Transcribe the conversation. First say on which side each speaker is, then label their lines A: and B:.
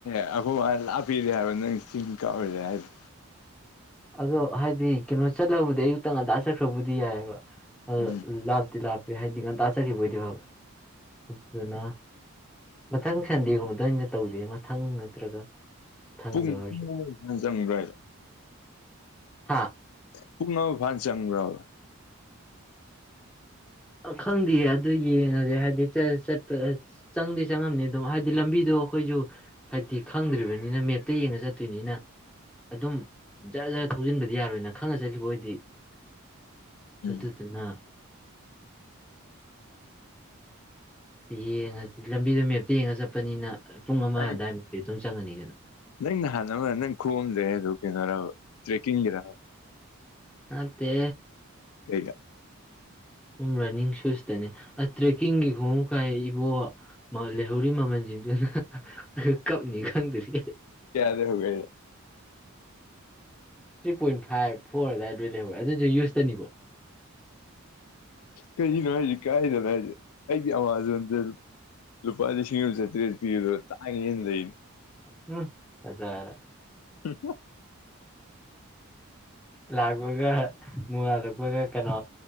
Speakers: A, on the left (about 80°); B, in the centre.
A: ꯑꯈꯣ ꯃꯥ ꯂꯥꯞꯄꯦ ꯗꯤ ꯍꯥꯏꯕ ꯅꯪ ꯆꯤꯡ ꯀꯥꯔꯨꯁꯦ ꯍꯥꯏꯗꫭ
B: ꯑꯗꯣ ꯍꯥꯏꯗꯤ ꯀꯩꯅꯣ ꯆꯠꯂꯕꯨꯗꯤ ꯑꯌꯨꯛꯇꯪ ꯉꯟꯇꯥ ꯆꯠꯈ꯭ꯔꯕꯕꯨꯗꯤ ꯌꯥꯏꯑꯕ ꯑꯗꯨꯗ
A: ꯎꯝ
B: ꯂ ꯇꯤꯂꯥꯞꯄꯦ ꯍꯥꯏꯗꯤ ꯉꯟꯇꯥꯆꯈꯤꯕ ꯑꯣꯏꯗꯤꯣꯏ ꯐꯕ ꯑꯗꯨꯅ ꯃꯊꯪ ꯁꯟꯗꯦꯒꯨꯝꯕꯗ ꯑꯣꯏꯅ ꯇꯧꯖꯩ ꯃꯊꯪ ꯅꯠꯇ꯭ꯔꯒ ꯃꯊꯪꯗ
A: ꯄꯨꯡ
B: ꯑꯣꯏꯔꯁꯨ
A: ꯄꯨꯡꯅ ꯆꯪ꯭ꯔꯥꯏ
B: ꯍꯥꯥ
A: ꯄꯨꯛꯅ ꯐꯥꯟ ꯆꯪ꯭ꯔꯕ
B: ꯈꯪꯗꯦꯌꯦ ꯑꯗꯨ ꯌꯦꯡꯉꯁꯦ ꯍꯥꯏꯗꯤ ꯆꯠꯄ ꯆꯪꯗꯦ ꯆꯪꯉꯝꯅꯤ ꯑꯗꯨꯝ ꯍꯥꯏꯕꯗꯤ ꯂꯝꯕꯤꯗꯣ ꯑꯩꯈꯣꯏꯁꯨ ꯍꯥꯏꯗꯤ ꯈꯪꯗ꯭ꯔꯤꯕꯅꯤꯅ ꯃꯦꯞꯇ ꯌꯦꯡꯉ ꯆꯠꯇꯣꯏꯅꯤꯅ ꯑꯗꯨꯝ ꯖꯔ ꯖꯔ ꯊꯧꯖꯤꯟꯕꯗꯤ ꯌꯥꯔꯣꯏꯅ ꯈꯪꯉ ꯆꯠꯈꯤꯕ ꯑꯣꯏꯗꯤ
A: ꯎꯝ
B: ꯑꯗꯨꯠꯇ ꯑꯗꯨꯅ ꯌꯦꯡꯉꯁꯤ ꯂꯝꯕꯤꯗꯣ ꯃꯦꯞꯇ ꯌꯦꯡꯉ ꯆꯠꯄꯅꯤꯅ ꯄꯨꯡ ꯑꯃ
A: ꯑꯩ
B: ꯍꯥꯏꯗꯥꯏ ꯁꯨꯝ ꯆꯪꯉꯅꯤꯗꯅ
A: ꯅꯪ ꯅꯍꯥꯟꯅ ꯑꯃ ꯅꯪ ꯈꯣꯝꯗꯦ ꯑꯗꯨ ꯀꯩꯅꯣꯔ ꯇ꯭ꯔꯦꯛꯀꯤꯡꯒꯤꯔ
B: ꯅꯥꯠꯇꯦ
A: ꯀꯩꯗ
B: ꯁꯨꯝ ꯔꯟꯅꯤꯡ ꯁꯨꯁꯇꯅꯦ ꯑ ꯇ꯭ꯔꯦꯛꯀꯤꯡꯒꯤ ꯈꯣꯡꯎꯨ ꯀꯥꯏ ꯏꯕꯣ ꯂꯩꯍꯧꯔꯤ ꯃꯃꯜꯁꯤꯡꯗꯨꯅ ꯀꯞꯅꯤ ꯈꯪꯗꯔꯤ
A: ꯍꯧꯒ
B: ꯊ꯭ꯔꯤ ꯄꯣꯏꯟ ꯐꯥꯏꯚ ꯐꯣꯔ ꯑꯗꯨꯋꯥꯏꯗ ꯂꯣꯏ ꯂꯩꯍꯧꯋꯦ ꯑꯗꯨꯁꯨ ꯌꯨꯁꯇꯅꯤꯀꯣ
A: ꯀꯔꯤꯒꯤꯅꯣ ꯍꯥꯏꯁꯤ ꯀꯥꯏꯗꯅꯣ ꯍꯥꯏꯁꯤ ꯑꯩꯗꯤ ꯑꯥꯃꯥꯖꯣꯟꯗ ꯂꯨꯄꯥ ꯂꯤꯁꯤꯡ ꯑꯃ ꯆꯥꯇ꯭ꯔꯦꯠ ꯄꯤꯕꯗꯣ ꯇꯥꯡꯉꯦꯅ ꯂꯩꯅꯤ
B: ꯎꯝ ꯍꯖꯔꯦ
A: ꯎꯝ
B: ꯂꯥꯛꯄꯒ ꯅꯣꯡꯉꯥꯜꯂꯛꯄꯒ ꯀꯩꯅꯣ